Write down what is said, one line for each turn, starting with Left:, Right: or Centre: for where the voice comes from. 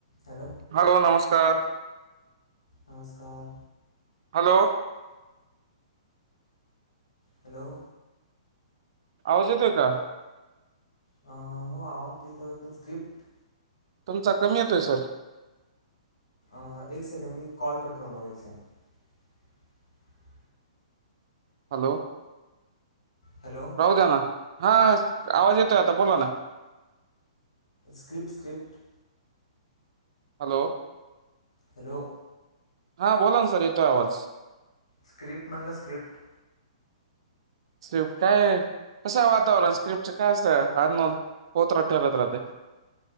Left: Hello
Right: hello नमस्कार.
Left: नमस्कार.
Right: Hello.
Left: Hello.
Right: आवाज येतोय का?
Left: अ हो आवाज येतोय पण स्क्रिप्ट
Right: तुमचा कमी येतोय सर.
Left: अ एक सेकंड मी कॉल कट करून <unintelligible>
Right: हॅलो.
Left: हॅलो
Right: राहू द्या ना हा आवाज येतोय आता बोला ना.
Left: Script script.
Right: हॅलो.
Left: हॅलो.
Right: हा बोला ना सर येतोय आवाज.
Left: स्क्रिप्ट म्हणला स्क्रिप्ट.
Right: स्विफ्ट आहे. कसंय वातावरण स्क्रिप्टच काय असत? आज न होत राहते <unintelligible> राहते